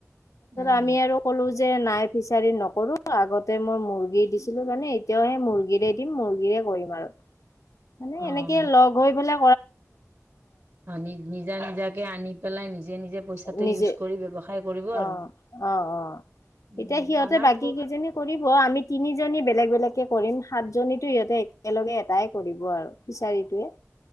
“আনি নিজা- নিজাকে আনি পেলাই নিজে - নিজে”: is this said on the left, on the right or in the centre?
Right